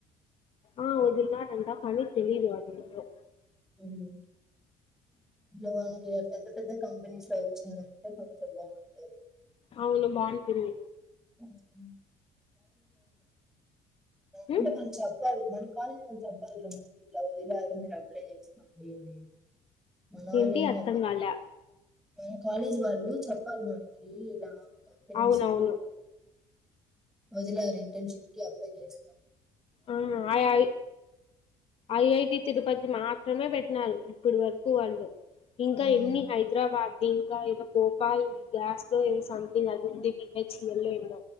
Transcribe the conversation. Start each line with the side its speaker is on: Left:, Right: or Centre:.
Left: ఆ వదిల్నారంట కానీ తెలిదు అదెంది
Centre: ఉమ్ ఇలాంటి పెద్ద పెద్ద కంపెనీస్ లో వచ్చిందంటే కొంచెం బాగుంటది
Left: అవును బాగుంటుంది
Centre: <unintelligible> అంటే
Left: ఉమ్
Centre: వాళ్లు చెప్పాలి మన కాలేజ్ వాలు చెప్పాలోగా మనకి ఇట్లా వదిలారు మీరు అప్లై చేసుకోండి అని మన వాళ్ళు
Left: ఏంటి
Centre: ఏం
Left: అర్థం
Centre: చెప్పారు
Left: కాలే
Centre: మన కాలేజీ వాళ్ళు చెప్పాలి మనకీ ఇలా కంపెనీస్లు
Left: అవునవును
Centre: వదిలారు ఇంటర్న్షిప్ కి అప్లై చేస్
Left: ఆహ్ ఆయయి ఐఐటి తిరుపతి మాత్రమే బెట్టినారు ఇప్పుడ్ వరకు వాళ్ళు ఇంకా
Centre: హ్మ్.
Left: ఎన్ని హైదరాబాద్ ఇంకా ఇదో భోపాల్ గ్యాస్ థో సంథింగ్ అది ఉంది బిహెచ్ఎల్ లో ఏందో